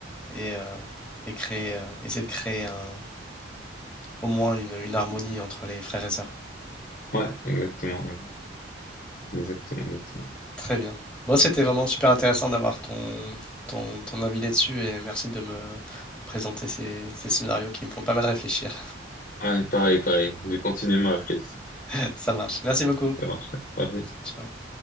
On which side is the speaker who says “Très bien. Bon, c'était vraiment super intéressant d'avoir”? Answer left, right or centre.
Centre